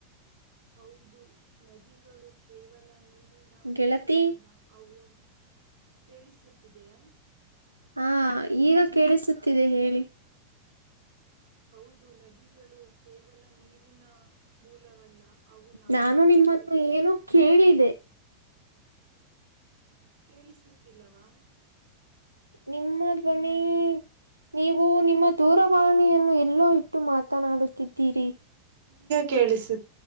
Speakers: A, on the right; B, on the right.
A: ಹೌದು ನದಿಗಳು ಕೇವಲ ನೀರಿನ ಮೂಲವಲ್ಲ
B: ಗೆಳತಿ
A: ಅವುನ್ ಕೇಳಿಸುತ್ತಿದೆಯಾ
B: ಹಾ ಈಗ ಕೇಳಿಸುತ್ತಿದೆ ಹೇಳಿ
A: ಹೌದು ನದಿಗಳು ಕೇವಲ ನೀರಿನ ಮೂಲವಲ್ಲ <inaudible> ನಾಗರಿಕತೆಗಳ
B: ನಾನು ನಿಮ್ಮನ್ನು ಏನು ಕೇಳಿದೆ
A: ಕೇಳಿಸುತ್ತಿಲ್ಲವಾ
B: ನಿಮ್ಮ ಧ್ವನಿ ನೀವು ನಿಮ್ಮ ದೂರವಾಣಿಯನ್ನು ಎಲ್ಲೋ ಇಟ್ಟು ಮಾತನಾಡುತ್ತಿದ್ದೀರಿ.
A: ಕೇಳಿಸ